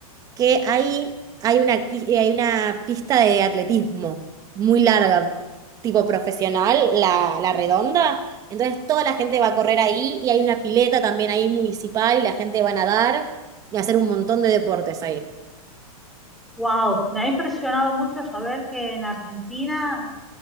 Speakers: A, on the right; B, in the centre.
A: que ahí hay una, qui- eh, hay una pista de atletismo muy larga, tipo profesional, la, la redonda. Entonces toda la gente va a correr ahí y hay una pileta también ahí municipal y la gente va a nadar y a hacer un montón de deportes ahí.
B: Wow, me ha impresionado mucho saber que en Argentina